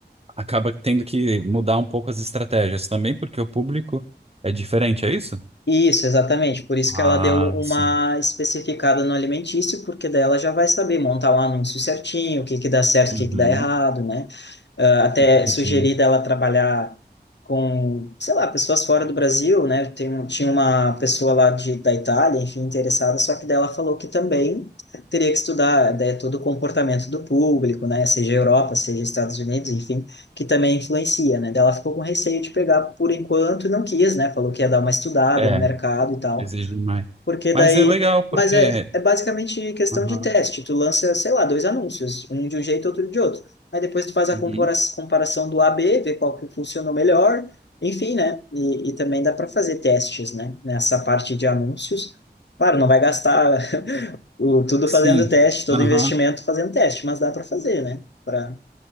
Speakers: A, on the right; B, on the left.
A: acaba tendo que mudar um pouco as estratégias também, porque o público é diferente, é isso?
B: Isso, exatamente. Por isso
A: Ah,
B: que ela deu uma
A: sim.
B: especificada no alimentício, porque daí ela já vai saber montar um anúncio certinho, o que que dá certo,
A: Uhum,
B: o que que dá errado, né? Ah, até
A: entendi.
B: sugeri dela trabalhar com, sei lá, pessoas fora do Brasil, né? Tem, um- tinha uma pessoa lá de, da Itália, enfim, interessada, só que daí ela falou que também teria que estudar, né, todo o comportamento do público, né? Seja Europa, seja Estados Unidos, enfim, que também influencia, né? Daí ela ficou com receio de pegar por enquanto e não quis, né? Falou que ia dar uma estudada
A: É,
B: no mercado e tal.
A: exige mais.
B: Porque daí.
A: Mas é legal,
B: Mas
A: porque.
B: é, é basicamente questão
A: Aham,
B: de teste. Tu lança, sei lá, dois anúncios, um de um jeito, outro de outro. Aí depois tu faz a
A: uhum,
B: compara- comparação do A B ver qual que funcionou melhor. Enfim, né? E, e também dá para fazer testes, né? Nessa parte de anúncios. Claro, não vai gastar <laughs> o, tudo
A: sim.
B: fazendo teste, todo
A: Aham.
B: investimento fazendo teste, mas dá para fazer, né? Pra...